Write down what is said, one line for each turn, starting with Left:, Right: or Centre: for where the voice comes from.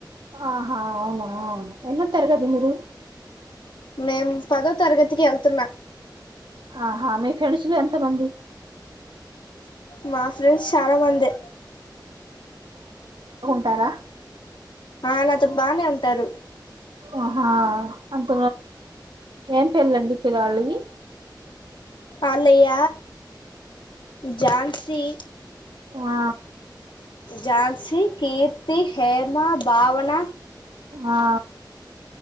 Right: ఆహా అవునా ఎన్నో తరగతి మీరు
Left: మేం పదో తరగతికి వెళ్తున్నా
Right: ఆహా మే ఫ్రెండ్స్ లు ఎంత మంది
Left: మా ఫ్రెండ్స్ చాలామందే
Right: ఉంటారా
Left: ఆ నాతో బానే ఉంటారు
Right: ఆహా అంత ఏం పెర్లుండి పిల్లలియి
Left: అలాయ ఝాన్సీ
Right: ఆ
Left: ఝాన్సీ కీర్తి హేమ భావన
Right: ఆ